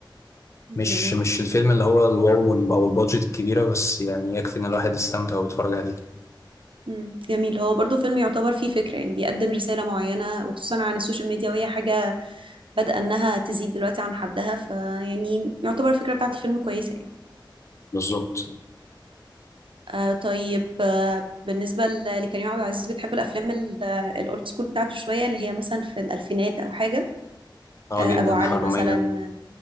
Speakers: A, on the left (about 35°); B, on the right (about 85°).
A: مش
B: جميل
A: مش الفيلم اللي هو الواو أو البادجت الكبيرة بس يعني يكفي إن الواحد يستمتع ويتفرج عليه
B: مم. جميل هو برضو فيلم يعتبر فيه فكرة يعني بيقدم رسالة معينة وخصوصا عن السوشيال ميديا وهي حاجة بدأ إنها تزيد دلوقتي عن حدها فيعني يعتبر الفكرة بتاعت الفيلم كويسة يعني
A: بالظبط
B: آه طيب آه بالنسبة ل- لكريم عبد العزيز بتحب الأفلام ال- آه، الأولد سكول بتاعته شوية اللي هي مثلا في الألفينات أو حاجة
A: أه
B: آه أبو
A: جدا
B: علي
A: حرامية
B: مثلا